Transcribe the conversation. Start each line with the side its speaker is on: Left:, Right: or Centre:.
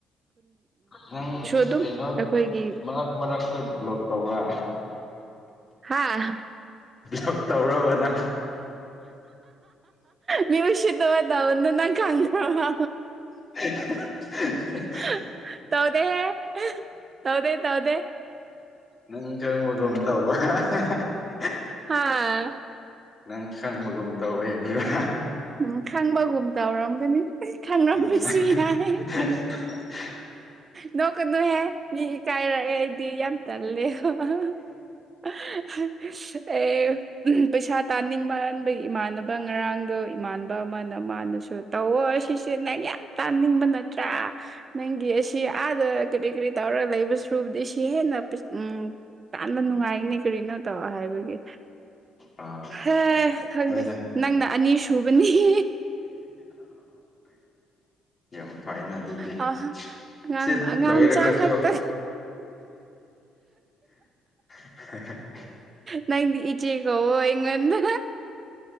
Left: ꯅꯪ
Right: ꯑꯗꯨꯝ
Left: ꯀꯩꯅꯣ
Right: ꯑꯩꯈꯣꯏꯒꯤ
Left: ꯃꯔꯛ꯫ ꯃꯔꯛꯇ ꯕ꯭ꯂꯣꯛ ꯇꯧꯕ
Right: ꯍꯥꯥ
Left: ꯣꯛ ꯇꯧꯔꯕꯅ
Right: ꯃꯤ ꯎꯁꯤꯠꯇꯥꯕ ꯇꯧꯅꯨ ꯅꯪ ꯈꯪꯕꯔꯥ
Left: <unintelligible>
Right: <unintelligible> ꯇꯧꯗꯦꯍꯦ ꯇꯧꯗꯦ ꯇꯧꯗꯦ
Left: ꯅꯪ ꯈꯪꯕꯒꯨꯝ ꯇꯧꯕ꯫ <unintelligible>
Right: ꯍꯥꯥ
Left: ꯅꯪ ꯁꯪꯕꯒꯨꯝ ꯇꯧꯏꯅꯦꯕ
Right: ꯎꯝ ꯈꯪꯕꯒꯨꯝ ꯇꯧꯔꯝꯒꯅꯤ ꯈꯪꯂꯝꯝꯕꯁꯨ
Left: ꯑꯗꯨꯒꯤ
Right: ꯌꯥꯏ
Left: <unintelligible>
Right: ꯅꯣꯛ ꯀꯩꯅꯨꯍꯦ ꯃꯤ ꯏꯀꯥꯏꯔꯛꯑꯦ ꯑꯩꯗꯤ ꯌꯥꯝ ꯇꯜꯂꯦ <unintelligible> ꯄꯩꯁꯥ ꯇꯥꯅꯤꯡꯕ ꯍꯟꯕꯒꯤ ꯏꯃꯥꯟꯅꯕ ꯉꯔꯥꯡꯗꯣ ꯏꯃꯥꯟꯅꯕ ꯑꯃꯅ ꯃꯥꯅꯁꯨ ꯇꯧꯋ ꯁꯤꯁꯦ ꯅꯪ ꯌꯥꯝ ꯇꯥꯅꯤꯡꯕ ꯅꯠꯇ꯭ꯔꯥ ꯅꯪꯒꯤ ꯑꯁꯤ ꯑꯥꯗ ꯀꯔꯤ ꯀꯔꯤ ꯇꯧꯔꯒ ꯂꯩꯕ ꯁꯨꯕꯗꯤ ꯁꯤ ꯍꯦꯟꯅ ꯎꯝ꯫ ꯇꯥꯟꯕ ꯅꯨꯡꯉꯥꯏꯅꯤ ꯀꯔꯤꯅꯣ ꯇꯧ ꯍꯥꯏꯕꯒꯤ꯫
Left: ꯑꯥ
Right: ꯍꯦ ꯈꯪꯗꯦ
Left: ꯍꯣꯏꯅꯦ
Right: ꯅꯪꯅ ꯑꯅꯤ ꯁꯨꯕꯅꯤ <inaudible>
Left: ꯌꯥꯝ ꯐꯥꯏꯅ ꯑꯗꯨꯗꯤ
Right: ꯑ ꯑꯉꯥꯡ
Left: ꯁꯤ
Right: ꯑꯉꯥꯡ
Left: ꯂꯣꯏꯔꯒꯁꯨ꯫
Right: ꯃꯆꯥ ꯈꯛꯇ
Left: <unintelligible>
Right: ꯅꯪꯗꯤ ꯏꯆꯦ ꯀꯧꯕ ꯑꯩꯡꯉꯣꯟꯗ